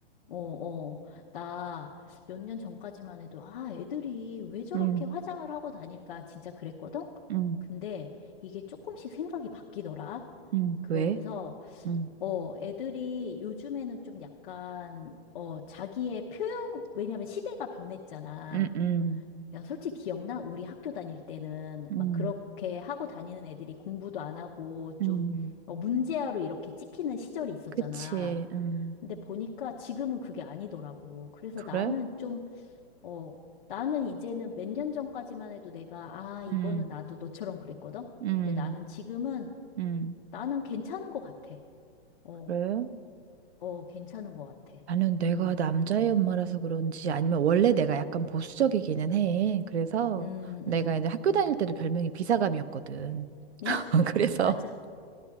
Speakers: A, on the left; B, on the right.
A: 어, 어. 나 몇 년 전까지만 해도, 아, 애들이 왜 저렇게
B: 응
A: 화장을 하고 다닐까 진짜 그랬거든?
B: 응
A: 근데 이게 조금씩 생각이 바뀌더라.
B: 응
A: 그러면서,
B: 왜? 응
A: 어, 애들이 요즘에는 좀 약간, 어, 자기의 표현, 왜냐면 시대가 변했잖아.
B: 응, 응.
A: 야, 솔직히 기억나? 우리 학교 다닐 때는
B: 응
A: 막 그렇게 하고 다니는 애들이 공부도 안 하고
B: 응
A: 좀 어, 문제아로 이렇게 찍히는 시절이 있었잖아.
B: 그치. 응
A: 근데 보니까 지금은 그게 아니더라고. 그래서
B: 그래?
A: 나는 좀, 어, 나는 이제는 몇 년 전까지만 해도 내가, 아, 이거는
B: 음,
A: 나도 너처럼 그랬거든?
B: 음,
A: 근데 나는 지금은,
B: 음.
A: 나는 괜찮은 것 같아. 어,
B: 그래?
A: 어, 괜찮은 것 같아.
B: 나는 내가
A: 음,
B: 남자의 엄마라서 그런지 아니면 원래 내가 약간 보수적이기는 해. 그래서
A: 음,
B: 내가
A: 음.
B: 이제 학교 다닐 때도 별명이 비사감이었거든.
A: <laughs>
B: <laughs> 그래서
A: 맞아.